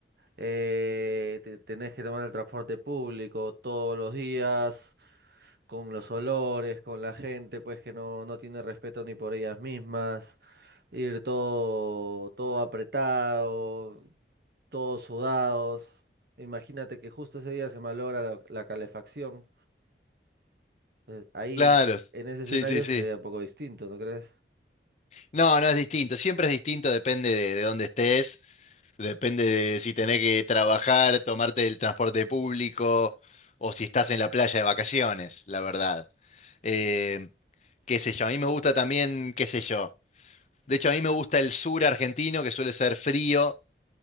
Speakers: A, on the right (about 60°); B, on the left (about 40°).
A: eh, te- tenés que tomar el transporte público todos los días con los olores, con la gente, pues que no, no tiene respeto ni por ellas mismas, ir todo, todo apretado, todos sudados. Imagínate que justo ese día se malogra la, la calefacción. Entonces, ahí,
B: Claro,
A: en ese escenario
B: sí, sí, sí.
A: sería un poco distinto, ¿no crees?
B: No, no es distinto, siempre es distinto, depende de, de dónde estés Depende de si tenés que trabajar, tomarte el transporte público o si estás en la playa de vacaciones, la verdad. Eh, qué sé yo, a mí me gusta también, qué sé yo. De hecho, a mí me gusta el sur argentino, que suele ser frío,